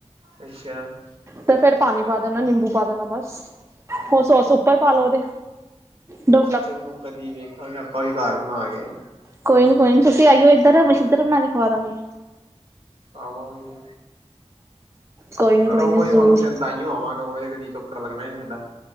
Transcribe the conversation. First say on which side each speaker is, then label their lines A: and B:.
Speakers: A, on the right; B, on the right.
A: ਅੱਛਾ
B: ਤੇ ਫੇਰ ਪਾਣੀ ਪਾ ਦੇਣਾ ਨਿੰਬੂ ਪਾ ਦੇਣਾ ਬਸ ਹੋਰ ਸੋਸ ਉੱਪਰ ਪਾ ਲਉ ਉਹਦੇ। ਦੋ
A: ਚਲੋ ਕਦੀ ਵੇਖਾਂਗੇ ਆਪਾਂ ਵੀ ਘਰ ਬਣਾ ਕੇ।
B: ਕੋਈ ਨੀ ਕੋਈ ਨੀ ਤੁਸੀਂ ਆਈਓ ਇੱਧਰ ਅਸੀਂ ਇਧਰ ਬਣਾ ਕੇ ਖਵਾ ਦਾਂਗੇ।
A: ਆਵਾਂਗੇ।
B: ਕੋਈ ਨੀ
A: ਕਰੋ
B: ਨੀ
A: ਕੋਈ
B: ਜ਼ਰੂਰ
A: ਫੰਕਸ਼ਨ ਤਾਂਈਓ ਆਵਾਂਗੇ ਉਵੇ ਕਦੀ ਚੱਕਰ ਲੱਗਣਾ ਹੀ ਨਹੀਂ ਸਾਡਾ।